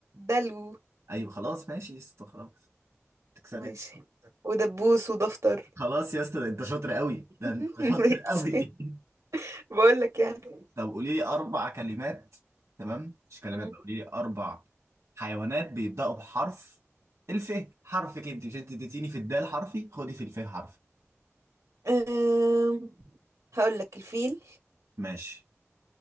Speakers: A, on the right (about 85°); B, on the right (about 65°).
A: دلو
B: ايوه خلاص ماشي يا اسطى خلاص تكسبت
A: ماشي ودبوس ودفتر
B: خلاص يا اسطى انت شاطر قوي
A: <laughs>
B: ده انت شاطر
A: ماشي
B: قوي <laughs>
A: بقول لك يعني
B: طب قولي لي اربع كلمات تمام مش كلمات
A: مم.
B: بقى قولي لي اربع حيوانات بيبداوا بحرف الف حرف كده انت مش انت اديتيني في الدال حرفي خدي في الف حرف
A: أم... هقول لك الفيل
B: ماشي